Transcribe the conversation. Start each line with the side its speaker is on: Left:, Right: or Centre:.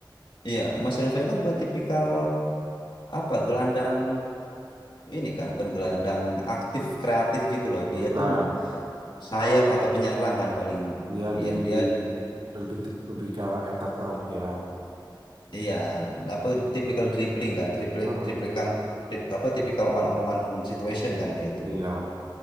Left: iya, Mas Yuli Ferdinand kan bukan tipikal apa gelandang ini kan bukan gelandang aktif kreatif gitu loh. Dia
Right: Bukan.
Left: tuh sayap atau penyerang kan paling
Right: Dia dia
Left: ya
Right: lebih
Left: dia
Right: lebih lebih ke arah attacker ya.
Left: iya apa tipikal dribbling kan, triplik
Right: Hmm.
Left: triplikan tri- apa tipikal one on one situation kan dia tuh.
Right: Iya,